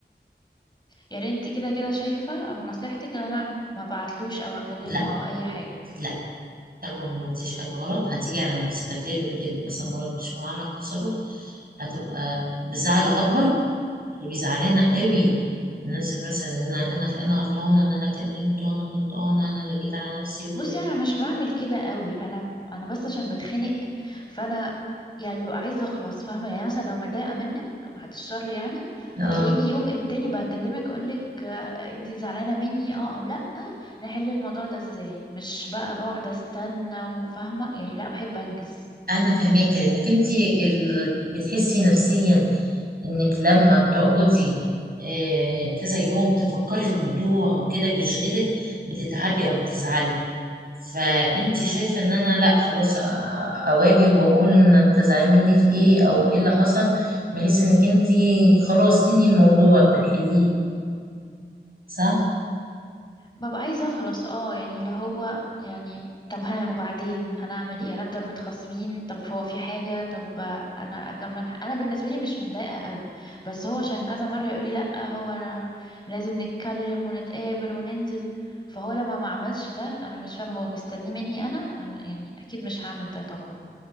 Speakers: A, on the left; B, on the right.
A: يا ريت كده كده شايفة او نصيحتك ان انا ما بعتلوش او اكلمه
B: لا
A: او اي حاجة
B: لا طالما ما فيش حاجة غلط هتيجي على نفسك هتلاقي اللي قدامك مثلا ما ردش او عمل تصرف هتبقى بزعل اكبر اللي بيزعلنا قوي الناس اللي مثلا انا انا انا غلطانه ان انا كلمته انا غلطانه انا اللي جيت على نفسي و...
A: بصي انا مش بعمل كده قوي انا انا بس عشان بتخنق فانا يعني ببقى عايزة اخلص فاهمة يعني مثلا لو متضايقة منك بعد الشر يعني
B: اه
A: هتلاقيني يوم التاني بكلمك اقولك آه، انتي زعلانة مني اه او لا نحل الموضوع ده ازاي مش بقى بقعد استنى وفاهمة يعني لا بحب انجز
B: انا فاهماكي لانك انت ال... بتحسي نفسيا انك لما بتقعدي آه، كذا يوم تفكري في الموضوع وكده بيشغلك بتتعبي او بتزعلي فانت شايفه ان انا لا خلاص أ- اواجه واقول إن تزعلي مني في ايه او ايه اللي حصل بحيث انك انت خلاص تنهي الموضوع تحليه صح
A: ببقى عايزة اخلص اه يعني اللي هو يعني طب ها وبعدين هنعمل ايه هنفضل متخاصمين طب هو في حاجة طب انا اكمل ح- انا بالنسبة لي مش متضايقة قوي بس هو عشان كذا مرة يقولي لا هو انا لازم نتكلم ونتقابل وننزل فهو لما ما عملش ده انا مش فاهمة هو مستنيه مني انا انا م- يعني اكيد مش هعمل ده طبعا